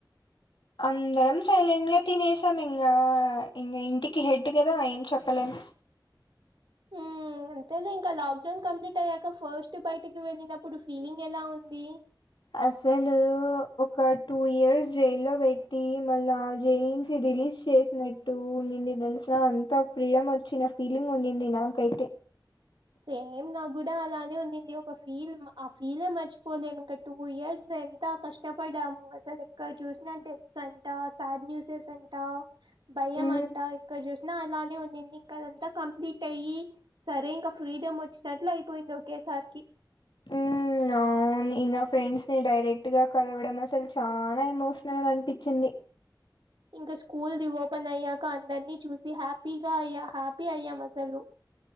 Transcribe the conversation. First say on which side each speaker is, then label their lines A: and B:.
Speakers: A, on the left; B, on the right.
A: అందరం సైలెంట్గ తినేసాం ఇంగ ఇంటికి హెడ్ కదా ఏం చెప్పలేం
B: హుమ్ అంతేలే ఇంక లాక్ డౌన్ కంప్లీట్ అయ్యాక ఫాస్ట్ బైటికి వెళ్ళినప్పుడు ఫీలింగ్ ఎలా ఉంది
A: అసలు ఒక టూ ఇయర్స్ జైల్లో పెట్టి మళ్ళా జైల్ నుంచి రిలీజ్ చేస్ నట్టు ఉన్నింది దెల్సా అంత ఫ్రీడమ్ వచ్చిన ఫీలింగ్ ఉండింది నాకైతే
B: సేమ్ నా గూడ అలానే ఉండింది ఒక ఫీల్ ఆ ఫీలే మర్చిపోలేము ఇంక టూ ఇయర్స్ ఎంత కష్టపడ్డాము అసలెక్కడ జూస్నా డెత్స్ అంటా సాడ్ న్యూసెస్ అంట్ టా భయం
A: మ్మ్
B: అంట ఎక్కడ జూసినా అలానే ఉన్నింది ఇంక అదంతా కంప్లీట్ అయ్యి సరే ఇంకా ఫ్రీడమ్ వచ్చినట్లు అయిపోయింది ఒకేసార్కి
A: ఉమ్మ్ అవ్ అవున్ ఇంగ ఫ్రెండ్స్ ని డైరెక్ట్ గా కలవడం అసల్ చాల ఎమోషనల్గా అనిపిచ్చింది
B: ఇంకా స్కూల్ రిఓపెన్ అయ్యాక అందర్ని చూసి హాప్పీగ అయ్యా హాప్పీ అయ్యాం అసలు